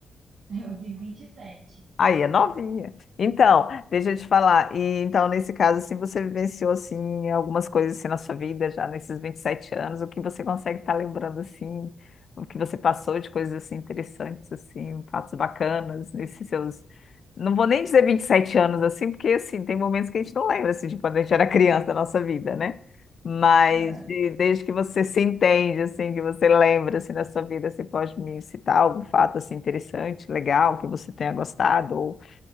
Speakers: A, on the right; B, on the left.
A: <laughs> Eu fiz 27.
B: Aí é novinha. Então, deixa eu te falar. E então, nesse caso, assim, você vivenciou assim algumas coisas assim na sua vida já nesses 27 anos, o que você consegue estar lembrando assim, o que você passou de coisas assim interessantes assim, fatos bacanas nesses seus Não vou nem dizer 27 anos assim, porque assim, tem momentos que a gente não lembra assim de quando a gente era criança da nossa vida, né? Mas
A: Aham.
B: de- desde que você se entende, assim, que você lembra, assim, na sua vida, você pode me citar algum fato, assim, interessante, legal, que você tenha gostado, ou